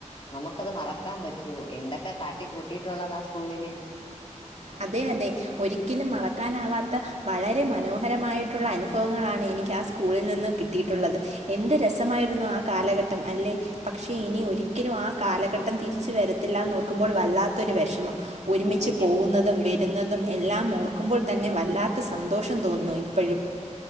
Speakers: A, on the left (about 40°); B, on the right (about 60°).
A: നമുക്കത് മറക്കാൻ പറ്റോ എന്തൊക്കെ കാട്ടി കൂട്ടിയിട്ടുള്ളതാ സ്കൂളില്
B: അതെ അതെ ഒരിക്കലും മറക്കാനാവാത്ത വളരെ മനോഹരമായിട്ടുള്ള അനുഭവങ്ങളാണ് എനിക്ക് ആ സ്കൂളിൽ നിന്ന് കി കിട്ടിയിട്ടുള്ളത് എന്ത് രസമായിരുന്നു ആ കാലഘട്ടം അല്ലെ പക്ഷെ ഇനി ഒരിക്കലും ആ കാലഘട്ടം തിരിച്ച് വരത്തില്ലാന്ന് ഓർക്കുമ്പോൾ വല്ലാത്തൊരു വിഷമം ഒരുമിച്ച്
A: എനിക്കും
B: പോവുന്ന തും വരുന്നതും എല്ലാം ഓർക്കുമ്പോൾ തന്നെ വല്ലാത്ത സന്തോഷം തോന്നുന്നു ഇപ്പഴും